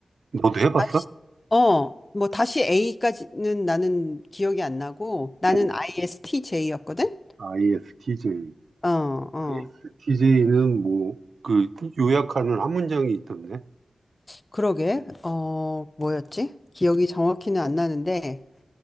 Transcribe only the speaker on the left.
다시, 어, 뭐 다시 A까지는 나는 기억이 안 나고 나는
ISTJ였거든.
어, 어,
그러게. 어, 뭐였지? 기억이 정확히는 안 나는데,